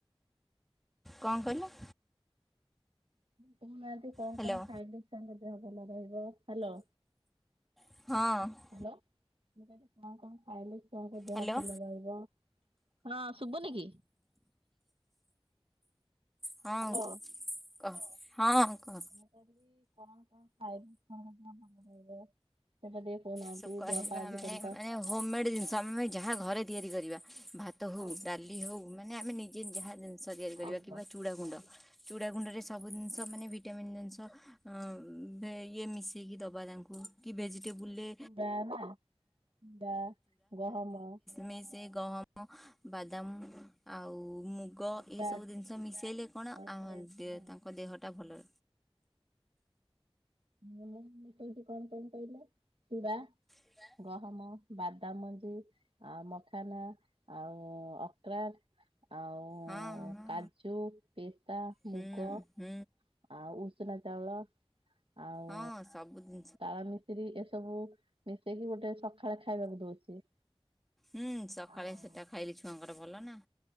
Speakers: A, in the centre; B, on the right.
A: କଣ କହିଲ?
B: କହୁନାହନ୍ତୁ କଣ
A: ହ୍ୟାଲୋ
B: କଣ ଖାଇଲି ତାଙ୍କ ଦେହ ଭଲ ରହିବ ହ୍ୟାଲୋ।
A: ହଁ।
B: ହ୍ୟାଲୋ ମୁ କହିଲି କଣ କଣ ଖାଇଲେ ଛୁଆଙ୍କ ଦେହ
A: ହ୍ୟାଲୋ
B: ଭଲ ରହିବ। ହଁ ଶୁବୁନି କି?
A: ହଁ
B: ହ୍ୟାଲୋ
A: କ ହଁ କହ।
B: ମୁଁ କଣ କଣ ଖାଇବ ଭଲ ରହିବ ସେଇଟା ଦେ କହୁନାହାନ୍ତି
A: ସବୁ କହିବା
B: ଦେ ପା ଆଜି
A: ମାନେ
B: କାଲି ତ।
A: ମାନେ ହୋମମେଡ଼୍ ଜିନିଷ ଆମେ ଯାହା ଘରେ ତିଆରି କରିବା ଭାତ ହଉ,
B: ଆଜ୍ଞା
A: ଡାଲି ହଉ। ମାନେ ଆମେ ନିଜେ ଯାହା ଜିନିଷ ତିଆରି କରିବା
B: ଆଜ୍ଞା।
A: କିମ୍ବା ଚୁଡ଼ାଗୁଣ୍ଡ।
B: ଆଜ୍ଞା
A: ଚୁଡ଼ାଗୁଣ୍ଡରେ ସବୁ ଜିନିଷ ମାନେ ଭିଟାମିନ୍ ଜିନିଷ ଅ ଇଏ ମିଶେଇକି ଦବା ତାଙ୍କୁ କି ଭେଜିଟେବୁଲ ରେ
B: ବା ନା ବା ଗହମ।
A: ମିସ୍ ଗହମ ବାଦାମ ଆଉ ମୁଗ
B: ଅଖରୋଟ
A: ଏସବୁ ଜିନିଷ ମିଶାଇଲେ କଣ
B: ଅଖରୋଟ
A: ତାଙ୍କ ଦେହଟା ଭଲ
B: ମୁଁ ମିଶଉଛି କଣ କଣ କହିଲେ ଚୁଡା
A: <inaudible>
B: ଗହମ, ବାଦାମଞ୍ଜି ଆଉ ମଖାନା ଆଉ ଅକ୍ରାର। ଆଉ
A: ହଁ ହଁ
B: କାଜୁ, ପିସ୍ତା,
A: ହୁଁ
B: ମୁଗ
A: ହୁଁ।
B: ଆଉ ଉଷୁନା ଚାଉଳ ଆଉ
A: ହଁ ସବୁଦିନ।
B: ତାଳ ମିଶ୍ରୀ ଏସବୁ ମିଶେଇକି ଗୋଟେ ସକାଳେ ଖାଇବାକୁ ଦଉଛି।
A: ହୁଁ ସକାଳେ
B: ଆଉ
A: ସେଟା ଖାଇଲେ ଛୁଆଙ୍କର ଭଲ ନା।